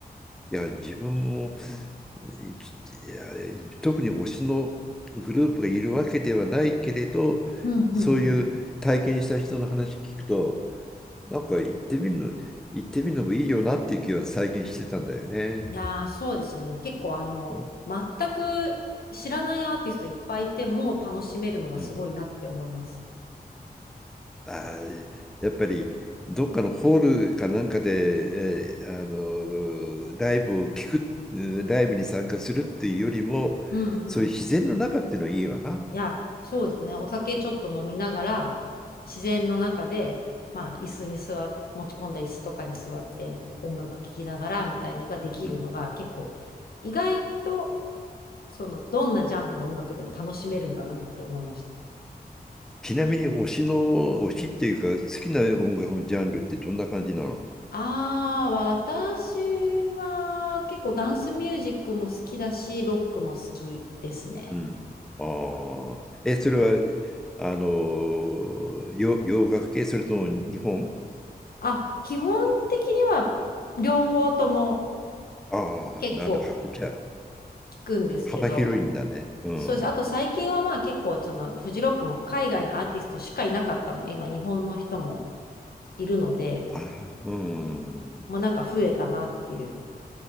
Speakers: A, in the centre; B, on the left.
A: いや、自分も、いきいや、特に推しのグループがいるわけではないけれど、
B: うんうんうん。
A: そういう体験した人の話聞くと、なんか行ってみるの、行ってみるのもいいよなっていう気は最近してたんだよね。
B: いやー、そうですね。結構あの、
A: うん。
B: 全く知らないアーティストいっぱいいて、もう楽しめるのがすごいなって思います。
A: うんあーやっぱりどっかのホールかなんかで、えーあのーライブを聞く、うんライブに参加するっていうよりも、
B: うんうん。
A: そういう自然の中っていうのはいいわな。
B: いや、そうですね。お酒ちょっと飲みながら、自然の中で、まあ、椅子に座っ、持ち込んだ椅子とかに座って、音楽聴きながら、みたいなのができるのが、
A: うん
B: 結構、意外と、その、どんなジャンルの音楽でも楽しめるんだなって思いました。
A: ちなみに推しの、推しっていうか、好きな音楽のジャンルってどんな感じなの
B: ああ、私は、結構ダンスミュージックも好きだし、ロックも好きですね。
A: うんああ、え、それは、あのーよ洋楽系、それとも日本
B: あ、基本的には、両方とも
A: ああ、
B: 結構
A: なんだ、はじゃあ、
B: 聞くんですけど、
A: 幅広いんだね。うん。
B: そうです。あと最近はまあ結構そのフジロックも海外のアーティストしかいなかったのが今日本の人もいるので、
A: ああ、うん。
B: もうなんか増えたなっていう